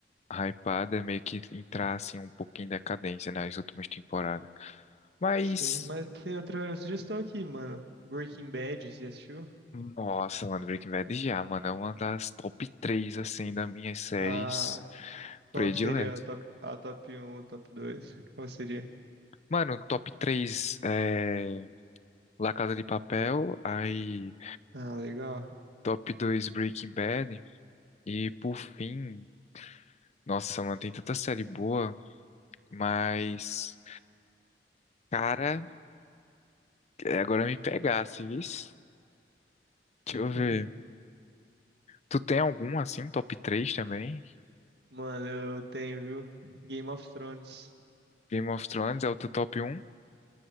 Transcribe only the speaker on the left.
hypada, é meio que entrar assim um pouquinho em decadência nas últimas temporadas. Mas,
nossa, mano, Breaking Bad já, mano, é uma das top três assim, das minhas séries
prediletas.
Mano, top três é La Casa de Papel, aí
top dois Breaking Bad, e por fim, nossa, mano, tem tanta série boa, mas. Cara, é, agora me pegasse, vis. Deixa
eu ver. Tu tem algum assim, top 3 também?
Game of Thrones é o teu top um